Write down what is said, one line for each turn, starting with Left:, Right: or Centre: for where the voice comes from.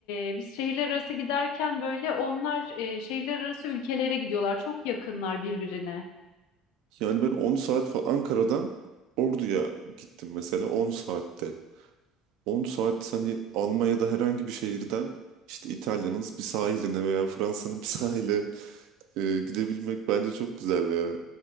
Left: e, biz şehirler arası giderken böyle onlar e, şehirler arası ülkelere gidiyorlar. Çok yakınlar birbirine.
Right: Yani ben 10 saat falan Ankara'dan Ordu'ya gittim mesela 10 saatte. 10 saat hani Almanya'da herhangi bir şehirden işte İtalya'nın bir sahiline veya Fransa'nın bir sahile e, gidebilmek bence çok güzel ya.